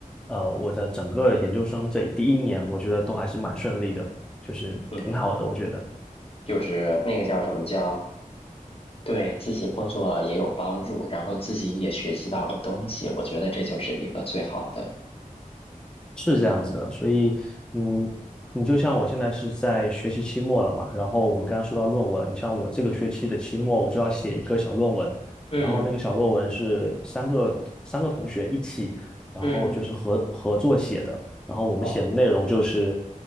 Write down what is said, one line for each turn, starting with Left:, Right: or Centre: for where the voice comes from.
Centre: 呃，我的整个研究生这第一年，我觉得都还是蛮顺利的，就是挺好的，
Left: 嗯，
Centre: 我觉得。
Left: 就是那个叫什么叫，对自己工作也有帮助，然后自己也学习到了东西，我觉得这就是一个最好的。
Centre: 是这样子的，所以，嗯，你就像我现在是在学期期末了嘛，然后我们刚刚说到论文，你像我这个学期的期末，我就要写一个小论文，
Left: 嗯
Centre: 然后那个小论文是三个三个同学一起，然后就是合合作写的，
Left: 嗯
Centre: 然后我们写的内容就是，
Left: 哦